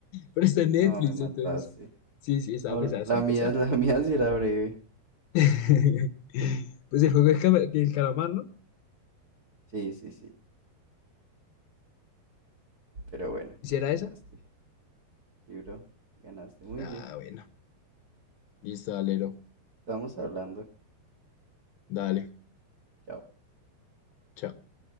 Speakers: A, on the left; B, on the right.
A: Pero está en Netflix,
B: No, me mataste.
A: entonces. Sí, sí, está
B: No,
A: pesada,
B: la
A: está
B: mía,
A: pesada.
B: <laughs> la mía sí era breve.
A: <laughs> Pues el juego del cama- del calamar, ¿no?
B: Sí, sí, sí. Pero bueno,
A: ¿Hiciera
B: ganaste.
A: esa?
B: Sí, bro, ganaste muy
A: Ah,
B: bien.
A: bueno. Listo, alero.
B: Estamos hablando.
A: Dale.
B: Chao.
A: chao.